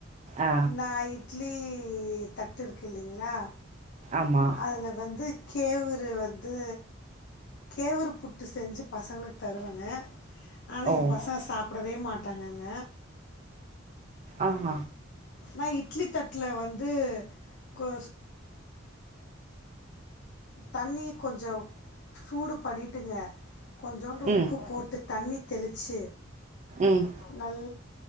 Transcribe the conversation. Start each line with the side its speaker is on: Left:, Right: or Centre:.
Right: ஆ.
Left: நா இட்லி லி தட்டு இருக்கு இல்லைங்ளா
Right: ஆமா.
Left: அதுல வந்து கேவுரு வந்து கேவுரு புட்டு செஞ்சு பசங்களுக்கு தருவங்க ஆனா
Right: ஓ!
Left: எம் பசங்க சாப் படவே மாட்டாங்கங்க
Right: ஆஹ
Left: நான் இட்லி தட்டுல வந்து கொ தண்ணி கொஞ்சம் சூடு பண்ணிட்டுங்க கொஞ்சோண்டு
Right: ம்.
Left: உப்பு போட்டு தண்ணி தெளிச்சு
Right: ம்.
Left: நல்